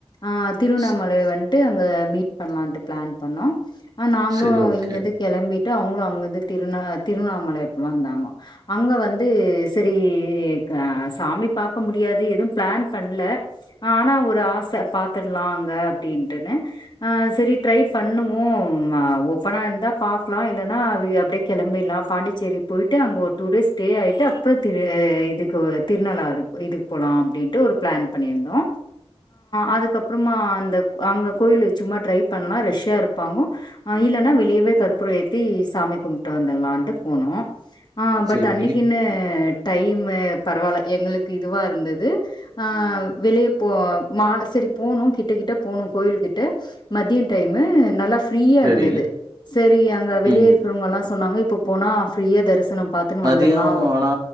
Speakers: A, on the left; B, on the right.
A: ஆ திருவண்ணாமலை
B: ஸ்
A: வந்ட்டு அங்க மீட் பண்லான்ட்டு ப்ளான் பண்ணோ அ நாங்ளு
B: சரி ஓகே.
A: இங்கந்து களம்பிட்டு அவங்ளு அங்கந்து திருநா திருநாமலை வந்தாங்கோ அங்க வந்து செரி க சாமி பாக்க முடியாது எது ப்ளேன் பண்ல அ ஆனா ஒரு ஆச பாத்துர்ல அங்க அப்டின்ட்டுனு அ செரி ட்ரை பண்ணுவோ ம ஓப்பனா இர்ந்தா பாக்கலா இல்லனா வி அப்டே கிளம்பிட்லா பாண்டிச்சேரி பொய்ட்டு அங்க ஒரு டூ டேஸ் ஸ்டே ஆயிட்டு அப்ற திரு இதுக்கு திருநல்லாறு இது போலா அப்டின்ட்டு ஒரு ப்ளேன் பண்ணிருந்தோ அதுக்கப்பறமா அந்த அங்க கோயிலு சும்மா ட்ரை பண்லா ரெஷ்ஷா இருப்பாங்கோ அ இல்லன்னா வெளியவே கற்பூர ஏத்தி சாமி கும்ட்டு வந்துலான்ட்டு போனோ ஆ பட்
B: சரி,
A: அன்னிக்கின்னு டைமு பரவால்ல எங்குளுக்கு இதுவா இருந்துது அ வெளிய போ மால தெரி போனு கிட்ட கிட்ட போனு கோயில்கிட்ட மதிய டைமு நல்லாஃப் ப்ரீயா
B: சரி.
A: இருந்துது செரி அங்க வெளிய
B: ம்.
A: இருக்குறவங்கலா சொன்னாங்க இப்ப போனா ஃப்ரீயா தரிசனம் பாத்துன்னு
B: மதியோ
A: வந்துர்லா
B: ஆனா